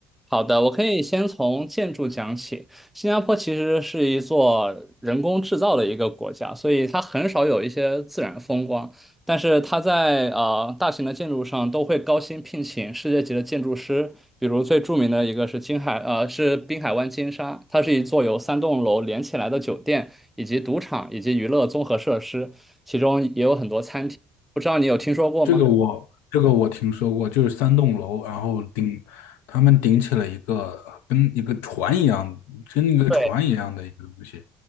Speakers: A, in the centre; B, on the left.
A: 好的，我可以先从建筑讲起。新加坡其实是一座人工制造的一个国家，所以它很少有一些自然风光。但是它在呃大型的建筑上都会高薪聘请世界级的建筑师，比如最著名的一个是金海呃是滨海湾金沙，它是一座由三栋楼连起来的酒店，以及赌场以及娱乐综合设施，其中也有很多餐厅。不知道你有听说过吗？
B: 这个我这个我听说过，就是三栋楼，然后顶他们顶起了一个跟一个船一样，跟一个船一样的一个东西，
A: 对。